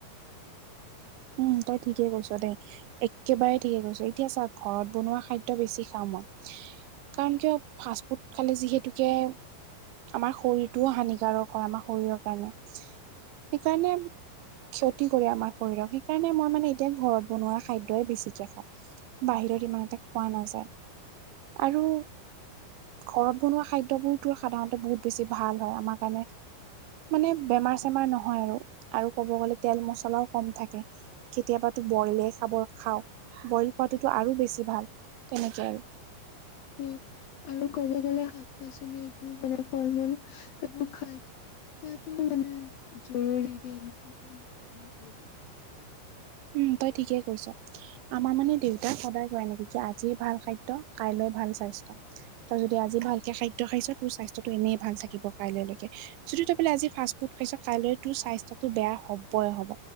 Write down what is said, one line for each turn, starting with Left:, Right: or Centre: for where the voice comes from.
Right: উম তই ঠিকে কৈছ দেই একেবাৰে ঠিকে কৈছো এতিয়া চা ঘৰত বনোৱা খাদ্য বেছি খাওঁ মই কাৰণ কিয় ফাষ্ট ফুড খালে যিহেতুকে আমাৰ শৰীৰটোও হানিকাৰক হয় আমাৰ শৰীৰৰ কাৰণে সেইকাৰণে ক্ষতি কৰে আমাৰ শৰীৰক সেইকাৰণে মই মানে এতিয়া ঘৰত বনোৱা খাদ্যই বেছিকে খাওঁ। বাহিৰত ইমান এটা খোৱা নাযায় আৰু ঘৰত বনোৱা খাদ্যবোৰতো সাধাৰণতে বহুত বেছি ভাল হয় আমাৰ কাৰণে মানে বেমাৰ চেমাৰ নহয় আৰু আৰু ক'ব গ'লে তেল মছলাও কম থাকে। কেতিয়াবাতো বইলে খাব খাও বইল খোৱাতোতো আৰু বেছি ভাল তেনেকে আৰু
Left: কি আৰু ক'ব গ'লে শাক পাচলি এইবোৰ মানে ফল মূল এইবোৰ খাই খোৱাটো মানে জৰুৰী যে এনেকুৱাকে থাকিব নালাগে এইবোৰ
Right: উম তই ঠিকে কৰিছ। আমাৰ মানে দেউতাক সদায় কয় এনেকৈ কি আজি ভাল খাদ্য কাইলৈ ভাল স্বাস্থ্য তই যদি আজি ভালকে খাদ্য খাইছ তোৰ স্বাস্থ্যটো এনেই ভাল থাকিব কাইলৈকে যদি তই বোলে আজি ফাষ্ট ফুড খাইছ কাইলৈ তোৰ স্বাস্থ্যটো বেয়া হবই হ'ব